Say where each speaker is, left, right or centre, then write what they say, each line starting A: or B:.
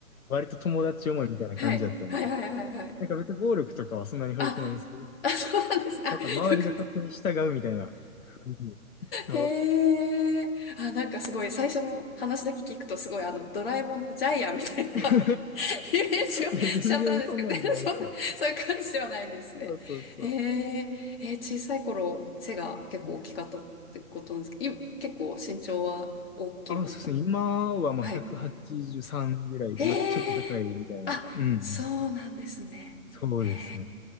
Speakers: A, on the left (about 70°); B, on the left (about 40°).
A: 割と友達思いみたいな感じだったんで、
B: はい。はいはいはいはい。
A: なんか別に暴力とかはそんなに触れてないんですけど、
B: あ、あ、そうなんですね。あ、
A: なんか周りが勝手に従うみたいな雰囲気で。
B: よかった。
A: そう。
B: へえ。あ、なんかすごい、最初の話だけ聞くとすごい、あの、ドラえもんのジャイアンみたいな
A: <laughs>
B: <laughs> イメージをしちゃったんですけど、
A: いや、全然そんなんじゃないんですよ。
B: 全然そんな、そういう感じではないんですね。
A: そうそうそう。
B: へえ。えー小さい頃、背が結構大きかったってことなんですけど、
A: うん
B: い結構身長は大きい方なんです。
A: あ、そうですね。今はまあ183ぐらいで、
B: はい。へえ。
A: まあちょっと高いみたいな。
B: あ、
A: うんうん。
B: そうなんですね。
A: そうですね。
B: へ